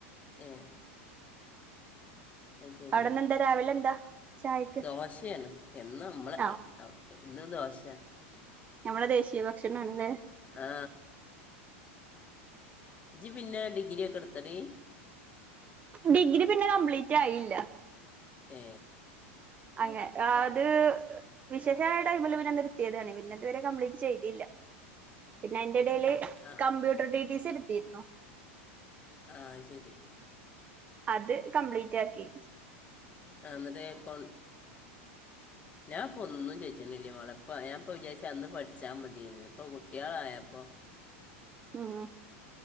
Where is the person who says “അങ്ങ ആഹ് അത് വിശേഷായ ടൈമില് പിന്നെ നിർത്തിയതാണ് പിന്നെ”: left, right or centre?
Right